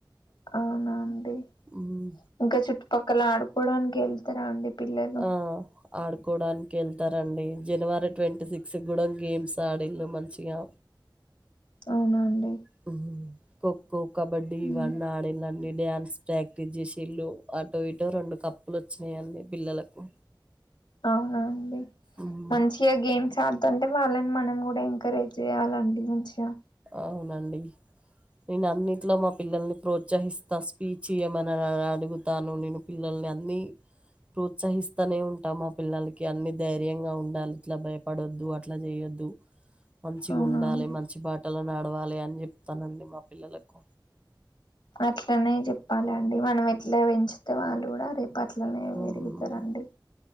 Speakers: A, on the left; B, on the right.
A: అవునా. <inaudible>
B: హ్మ్.
A: ఇంకా చుట్టు పక్కల ఆడుకోడానికి వెళ్తరా అండి పిల్లలు
B: ఆ ఆడుకోవడానికి ఎళ్తారండి. జనవరి ట్వంటీ సిక్స్ కూడా గేమ్స్ ఆడిళ్ళు మంచిగా.
A: అవునా అండి.
B: హుహ్ కో కో కబడ్డీ
A: మ్మ్.
B: ఇవన్ని ఆడీలండి. డ్యాన్స్ ప్రాక్టీస్ చేసిల్లు అటో ఇటో రెండు కప్పు లు వచ్చినయి అన్నీ పిల్లలకు.
A: అవునా అండి.
B: ఉమ్
A: మంచిగా గేమ్స్ ఆడుతుంటే వాళ్ళని మనం కూడా ఎంకరేజ్ చేయాలండి మంచిగా.
B: అవునండి. నేను అన్నింటిలో మా పిల్లల్ ప్రోత్ ఉత్సహిస్తా స్పీచ్ ఇయమని అడుగుతాను నేను పిల్లల్ని అన్ని ప్రోత్సహిస్తూనే ఉంటాను మా పిల్లలకి అన్ని ధైర్యంగా ఉండాలి ఇట్లా భయపడొద్దు అట్లా చేయొద్దు మంచిగా
A: అవునా
B: ఉండాలి
A: అండి
B: మంచి బాట నడవాలి అని చెప్తానండి మా పిల్లలకు
A: అట్లనే చెప్పాలండి మనం ఎట్లా పెంచితే వాళ్ళు కూడా రే అట్లనే
B: ఉమ్.
A: పెరుగుతారండి